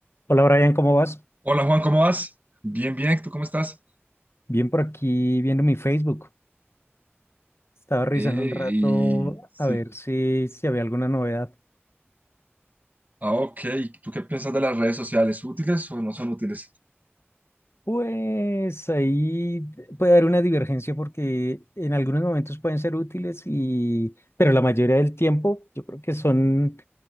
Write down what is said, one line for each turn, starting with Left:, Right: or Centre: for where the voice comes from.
Left: Hola Brian, ¿cómo vas?
Right: Hola Juan, ¿cómo vas? Bien, bien, ¿tú cómo estás?
Left: Bien por aquí viendo mi Facebook. Estaba revisando
Right: Eh,
Left: un rato
Right: y sí.
Left: a ver si, si había alguna novedad.
Right: Ah, ok. ¿Y ¿Tú qué piensas de las redes sociales? ¿Útiles o no son útiles?
Left: Pues ahí puede haber una divergencia porque en algunos momentos pueden ser útiles y, pero la mayoría del tiempo yo creo que son